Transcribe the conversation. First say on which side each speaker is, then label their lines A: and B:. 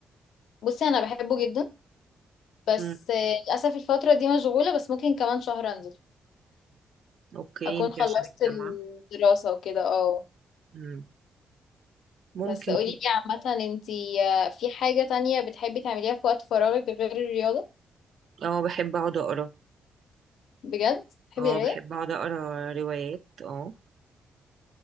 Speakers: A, on the left (about 80°); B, on the right (about 65°).
A: بصي انا بحبه جدا بس
B: امم
A: آه، للأسف الفترة دي مشغولة بس ممكن كمان شهر انزل
B: اوكي
A: اكون
B: انتي
A: خلصت
B: عشان الجامعة
A: الدراسة وكده اه
B: امم ممكن
A: بس قولي
B: كده
A: لي عامة انتي آه، في حاجة تانية بتحبي تعمليها في وقت فراغك غير الرياضة
B: اه بحب اقعد اقرا
A: بجد بتحبي
B: اه
A: القراية
B: بحب اقعد اقرا روايات اه